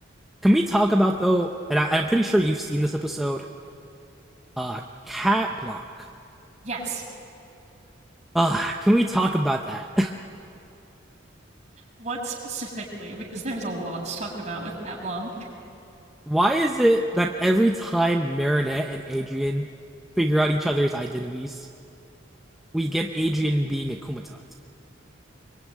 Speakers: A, in the centre; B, on the right.
A: Can we talk about though? And I, I'm pretty sure you've seen this episode Uh, Cat Blanc.
B: Yes.
A: Uh, can we talk about that?
B: What specifically? Because there's a lot to talk about with Cat Blanc. <laughs>
A: <laughs> Why is it that every time Marinette and Adrian figure out each other's identities, we get Adrian being akumatized?